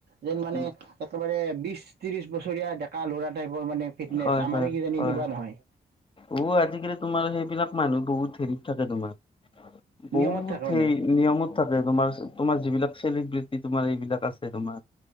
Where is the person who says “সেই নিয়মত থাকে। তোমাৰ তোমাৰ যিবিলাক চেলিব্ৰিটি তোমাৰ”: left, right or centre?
Left